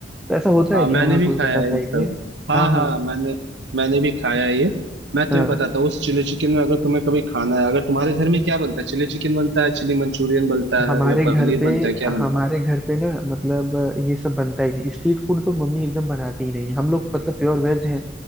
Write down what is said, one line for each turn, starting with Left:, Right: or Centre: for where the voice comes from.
Centre: तो ऐसा होता है
Right: हाँ
Centre: क्या
Right: मैंने
Centre: वहाँ
Right: भी
Centre: कोलकाता
Right: खाया है
Centre: साइड
Right: ये सब
Centre: में
Right: हाँ
Centre: हाँ
Right: हाँ
Centre: हाँ
Right: मैंने मैंने भी खाया है ये मैं तुम्हें
Centre: हाँ
Right: बताता हूँ उस चिली चिकन में अगर तुम्हें कभी खाना है अगर तुम्हारे घर में क्या बनता है चिली चिकन बनता है चिली मंचूरियन बनता
Centre: हमारे
Right: है या पनीर
Centre: घर पे
Right: बनता है क्या
Centre: हमारे
Right: बनता
Centre: घर पे ना मतलब ये सब बनता ही नहीं स्ट्रीट फूड तो मम्मी एकदम बनाती ही नहीं हम लोग मतलब प्योर वेज हैं